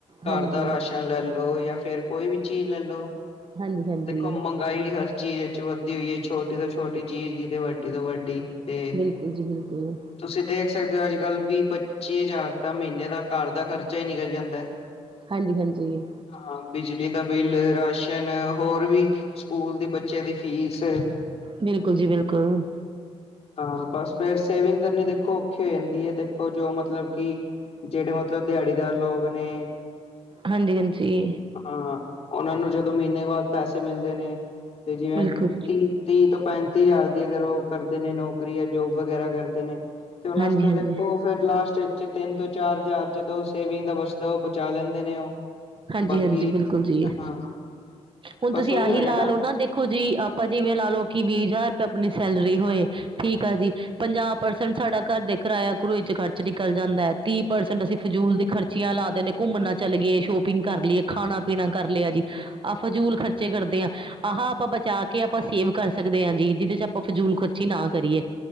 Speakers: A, on the left; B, on the right.
A: ਘਰ
B: ਹਾਂਜੀ
A: ਦਾ ਰਾਸ਼ਨ ਲੈ ਲੋ, ਜਾਂ ਫੇਿਰ ਕੋਈ ਵੀ ਚੀਜ਼ ਲੈ ਲੋ,
B: ਹਾਂਜੀ ਹਾਂਜੀ
A: ਦੇਖੋ ਮੰ। ਗਾਈ ਹਰ ਚੀਜ਼ ਵਿਚ ਵੱਦਧੀ ਹੋਈ ਐ, ਛੋਟੀ ਤੋਂ ਛੋਟੀ ਚੀਜ਼ ਕਿਤੇ ਵੱਡੀ, ਤੋਂ ਵੱਡੀ। ਤੇ
B: ਬਿਲਕੁਲ ਜੀ ਬਿਲਕੁਲ।
A: ਤੁਸੀਂ ਦੇਖ ਸਕਦੇ ਹੋ ਅੱਜ-ਕੱਲ੍ਹ ਵੀ-ਪੱਚੀ ਹਜ਼ਾਰ ਤਾਂ ਮਹੀਨੇ ਦਾ ਘਰ ਦਾ ਖਰਚਾ ਈ ਨਿਕਲ ਜਾਂਦਾ ਐ। <inaudible>
B: ਹਾਂਜੀ-ਹਾਂਜੀ।
A: ਹਾਂ, ਬਿਜਲੀ ਦਾ ਬਿੱਲ, ਰਾਸ਼ਨ ਹੋਰ ਵੀ ਸਕੂਲ ਦੀ ਬੱਚਿਆਂ ਦੀ ਫ਼ੀਸ।
B: ਬਿਲਕੁਲ ਜੀ ਬਿਲਕੁਲ।
A: ਹਾਂ ਬਸ ਫੇਰ ਸੇਵਿੰਗ ਕਰਨੀ ਦੇਖੋ ਔਖੀ ਹੋ ਜਾਂਦੀ ਐ, ਦੇਖੋ ਜੋ ਮਤਲਬ ਕਿ। ਜਿਹੜੇ ਮਤਲਬ ਦਿਹਾੜੀਦਾਰ ਲੋਗ ਨੇ।
B: ਹਾਂਜੀ - ਹਾਂਜੀ।
A: ਹਾਂ, ਓਨਾਂ ਨੂੰ ਜਦੋਂ ਮਹੀਨੇ ਬਾਅਦ ਪੈਸੇ ਮਿਲਦੇ ਨੇ। ਤੇ ਜਿਵੇਂ
B: ਬਿਲਕੁਲ
A: ਤੀਹ-ਤੀਹ ਤੋਂ ਪੈਂ। ਤੀ ਹਜਾਰ ਦੀ ਅਗਰ ਉਹ ਕਰਦੇ ਨੇ ਨੌਕਰੀ, ਜਾਂ ਜੋਬ ਵਗੈਰਾ ਕਰਦੇ ਨੇ, ਤੇ ਉਹਨਾਂ
B: ਹਾਂਜੀ
A: ਵਾਸਤੇ
B: ਹਾਂਜੀ
A: ਦੇਖੋ। ਫੇਰ ਲਾਸਟ ਚ ਤਿੰਨ ਤੋਂ ਚਾਰ ਹਜ਼ਾਰ ਜਦੋਂ ਸੇਵਿੰਗ ਦਾ ਬਚਦਾ ਉਹ ਬਚਾ ਲੈਂਦੇ ਨੇ ਉਹ।
B: ਹਾਂਜੀ-ਹਾਂਜੀ,
A: ਬਾਕੀ
B: ਬਿਲਕੁਲ ਜੀ,
A: ਹਾਂ
B: ਹੁਣ
A: ਬਸ
B: ਤੁਸੀਂ
A: ਉਹੀ
B: ਆਹੀ
A: ਹੈਗਾ
B: ਲਾ
A: ਨਾ
B: ਲੋ ਨ ਦੇ। ਦੇਖੋ ਜੀ, ਆਪਾਂ ਜਿਵੇਂ ਲਾ ਲਓ ਕਿ, ਵੀਹ ਹਜ਼ਾਰ ਤਾਂ ਆਪਣੀ ਸੈਲਰੀ ਹੋਏ, ਠੀਕ ਆ ਜੀ ਪੰਜਾਹ ਪਰਸੈਂਟ ਸਾਡਾ ਘਰ ਦੇ ਕਿਰਾਇਆ-ਕਰੂਏ ਚ ਖਰਚ ਨਿਕਲ ਜਾਂਦਾ ਐ, ਤੀਹ ਪਰਸੈਂਟ ਅਸੀਂ ਫਜ਼ੂਲ ਦੇ ਖਰਚ। ਚੀਆਂ ਲਾ ਦਿੰਨੇ, ਘੁੰਮਣਾ ਚੱਲ ਗਏ, ਸ਼ੋਪਿੰਗ ਕਰ ਲਈ, ਖਾਣਾ ਪੀਣਾ ਕਰ ਲਿਆ ਜੀ। ਆ ਫਜ਼ੂਲ ਖਰਚੇ ਕਰਦੇ ਆ। ਆਹ ਆਪਾਂ ਬਚਾ ਕੇ ਆਪਾਂ ਸੇਵ ਕਰ ਸਕਦੇ ਆਂ ਜੀ ਜਿਹਦੇ ਚ ਆਪਾਂ ਫਜੂਲ ਖਰਚੀ ਨਾ ਕਰੀਏ।